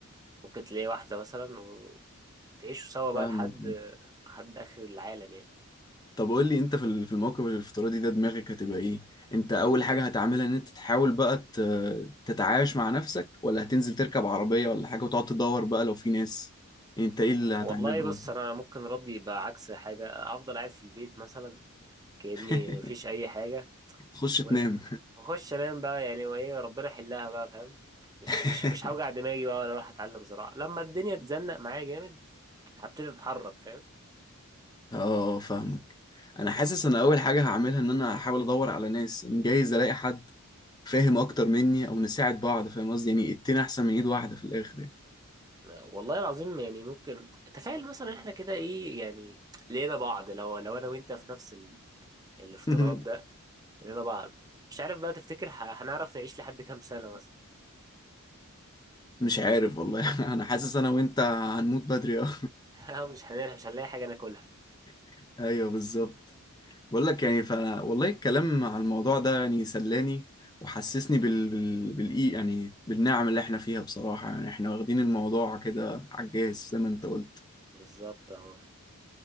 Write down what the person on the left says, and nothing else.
فاهمك
طب قول لي انت في ال- في الموقف الافتراضي ده دماغك هتبقى ايه انت اول حاجه هتعملها ان انت تحاول بقى ت- تتعايش مع نفسك ولا هتنزل تركب عربيه ولا حاجه وتقعد تدور بقى لو في ناس انت ايه اللي هتعمله
اول حاجه
<laughs>
تخش تنام
<laughs>
اه فاهمك انا حاسس انا اول حاجه هعملها ان انا هحاول ادور على ناس ان جايز الاقي حد فاهم اكتر مني او نساعد بعض فاهم قصدي يعني اتنين احسن من ايد واحده في الاخر يعني
<laughs>
مش عارف والله <laughs> انا حاسس انا وانت هنموت بدري أوي.
<laughs> ايوه بالظبط بقول لك يعني ف والله الكلام على الموضوع ده يعني سلاني وحسسني بال... بال... بالإي يعني بالنعم اللي احنا فيها بصراحة يعني احنا واخدين الموضوع كده على الجاهز زي ما انت قلت